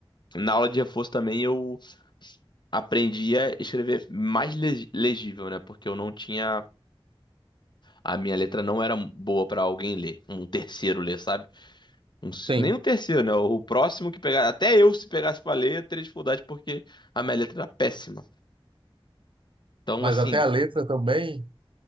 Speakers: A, on the left (about 50°); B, on the right (about 60°).
A: na aula de reforço também eu aprendi a escrever mais le- legível, né? Porque eu não tinha. A minha letra não era boa pra alguém ler. Um terceiro ler, sabe? Um se-
B: Sim.
A: nem um terceiro, né? O próximo que pegar. Até eu, se pegasse pra ler, eu teria dificuldade porque a minha letra era péssima. Então,
B: Mas
A: assim.
B: até a letra também.